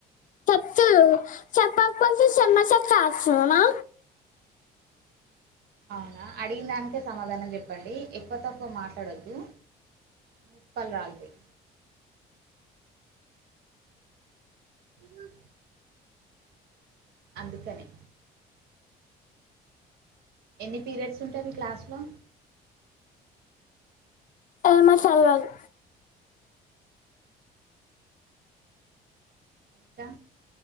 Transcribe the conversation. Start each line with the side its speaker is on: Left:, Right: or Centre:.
Left: తత్ చెప్పప్ప చెమ్మచ కాసమా
Right: అవునా అడిగిన దానికే సమాధానం చెప్పండి. ఎక్కువ తక్కువ మాట్లాడొద్దు. మూ పల్ రాలతాయ్ హ అందుకనే ఎన్ని పీరియడ్స్ ఉంటాయి మీ క్లాస్లో?
Left: ఏమా చల్వాలు
Right: ఇంకా